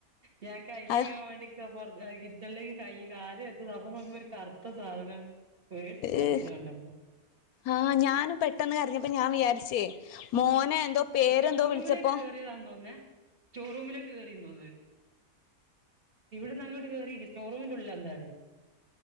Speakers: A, on the right; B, on the left.
A: ഞാൻ കൈ കഴുകാൻ
B: അഹ്
A: വേണ്ടി പുറ കിച്ചണിലേക്ക് കൈ കാല് എ തുറന്ന കുമ്പം കറത്ത സാധനം പേടിച്ചു വിറച്ചു
B: ഏ
A: കണ്ടപ്പോ
B: ആഹ് ഞാനും പെട്ടെന്ന് അറിഞ്ഞപ്പ ഞാൻ വിചാരിച്ച് <inaudible> മോനെ എന്തോ പേരെന്തോ
A: സ്റ്റോർ
B: വിളിച്ചപ്പോ
A: റൂമിലേക്ക് കേറിയതാന്ന് തോന്നുന്നേ സ്റ്റോർ റൂമിലെക്ക് കേയറിന്ന് തോന്നുന്നത് ഇവിടന്ന് അങ്ങോട്ട് കേറി രിക്ക് സ്റ്റോറൂമിന്റെ ഉള്ളിൽ എന്തായാലും